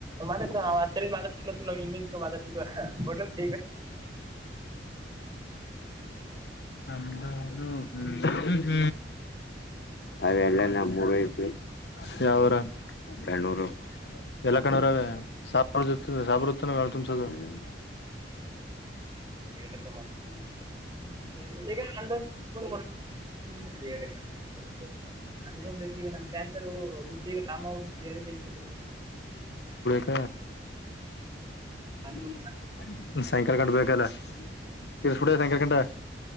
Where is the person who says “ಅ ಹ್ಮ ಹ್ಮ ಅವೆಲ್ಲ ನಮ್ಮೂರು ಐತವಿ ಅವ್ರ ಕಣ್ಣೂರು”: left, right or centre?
Left